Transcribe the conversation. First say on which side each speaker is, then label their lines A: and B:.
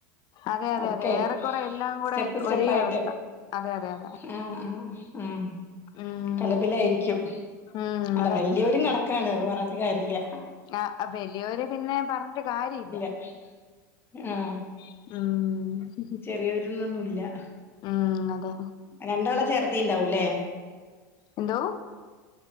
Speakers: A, on the left; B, on the left.
A: അതെ അതെ
B: ഒക്കെ
A: അതെ ഏറെക്കുറെ എല്ലാം കൂടെ
B: സ്റ്റെപ്പ് സ്റ്റെപ്പ
A: ഒരേ
B: ആയിട്ട്
A: അവസ്ഥ അതെ അതെ അതെ
B: ആ ആ ആഹ്
A: ഉം
B: കലപ്പിലയിരിക്കും
A: ഉം
B: അല്ല
A: അതെ
B: വലിയൊരു കണക്ക ണ് പറഞ്ഞട്ട കാര്യില്ല
A: ആ അ വലിയോര് പിന്നെ പറഞ്ഞിട്ട് കാര്യ ഇല്ല
B: <inaudible> ആഹ്
A: ഉം
B: ചെറിയൊരന്നൊന്നുല്ല
A: ഉം അതെ
B: രണ്ടാളെ ചേർത്തിണ്ടാവൂ അല്ലേ
A: എന്തോ